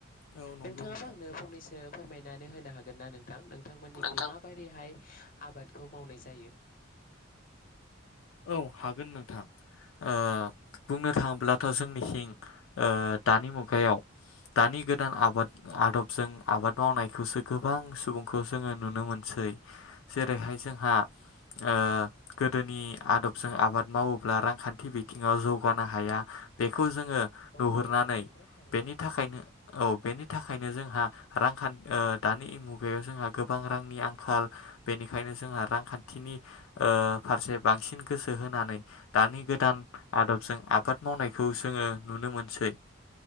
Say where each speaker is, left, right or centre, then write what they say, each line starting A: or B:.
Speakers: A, on the left (about 75°); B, on the left (about 40°).
A: औ नंगौ
B: नोंथाङाबो
A: नोंथां
B: आंनो फंनैसो फोरमायनानै होनो हागोन ना नों थां नोंथांमोननिखि
A: नोंथां
B: माबोरैहाय आबादखौ मावनाय जायो
A: औ हागोन नोंथां ओ बुंनो थाङोब्लाथ' जोंनिथिं ओ दानि मुगायाव दानि गोदान आबाद आदबजों आबाद मावनायखौसो गोबां सुबुंखौ जोङो नुनो मोनसै जेरैहाय जोंहा ओ गोदोनि आदबजों आबाद मावोब्ला रांखानथि बिथिङाव जौगानो हाया बेखौ जों ङो
B: औ
A: नुहुरनानै
B: औ नंगौ नोंथां थारैनो
A: बेनि थाखायनो औ बेनि थाखायनो जोंहा रांखान ओ दानि मुगायाव जोंहा गोबां रांनि आंखाल बेनिखायनो जोंहा रांखानथिनि ओ फारसे बांसिन गोसो होनानै दानि गोदान आदबजों आबाद मावनायखौ जोङो नुनो मोनसै।